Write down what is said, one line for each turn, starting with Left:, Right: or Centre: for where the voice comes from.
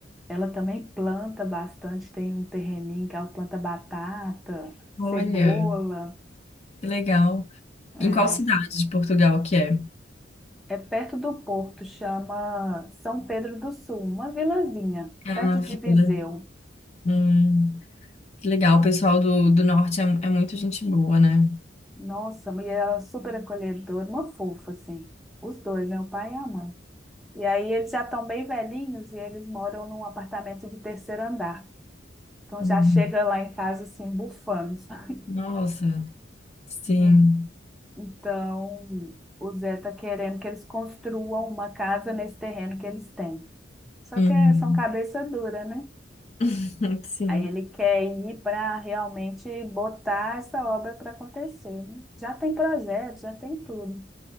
Centre: Ela também planta bastante, tem um terreninho que ela planta batata, cebola.
Left: Olha, que legal.
Centre: É,
Left: Em qual cidade de Portugal que é?
Centre: é perto do porto, chama São Pedro do Sul, uma vilazinha,
Left: Ah,
Centre: perto de
Left: fila.
Centre: Viseu.
Left: Hum, que legal, o pessoal do, do norte é, é muito gente boa, né?
Centre: Nossa, e ela era super acolhedora, uma fofa, assim. Os dois, né? O pai e a mãe. E aí eles já estão bem velhinhos e eles moram num apartamento de terceiro andar. Então
Left: Hum,
Centre: já chega lá em casa, assim, bufando. sabe?
Left: nossa, sim.
Centre: E- Então o Zé tá querendo que eles construam uma casa nesse terreno que eles têm. Só
Left: Uhum.
Centre: que são cabeça dura, né?
Left: <laughs> Sim,
Centre: Aí ele quer ir para realmente botar essa obra para acontecer, né? Já tem projeto, já tem tudo.